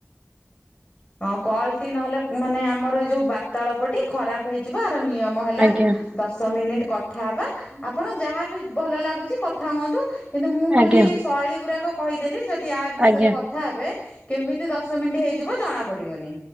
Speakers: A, on the left (about 25°); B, on the right (about 20°).
A: ହଁ କଲଟି ନହେଲେ ମାନେ ଆମର ଏ ଯୋଉ ବାର୍ତ୍ତାଳପଟି ଖରାପ ହେଇଯିବ। ନିୟମ ହେଲା
B: ଆଜ୍ଞା
A: ଦଶ ମିନିଟ କଥା ହେବା ଆପଣ ଯାହାବି ଭଲ ଲାଗୁଛି କଥା ହୁଅନ୍ତୁ କିନ୍ତୁ ମୁଁ ଖାଲି
B: ଆଜ୍ଞା।
A: ଶୈଳୀ ଗୁଡାକ କହିଦେଲି। ଯଦି ଆୟ ବିଷୟରେ
B: ଆଜ୍ଞା
A: କଥା ହେବେ କେମିତି ଦଶ ମିନିଟ୍ ହେଇଯିବ ଜଣା ପଡିବନି।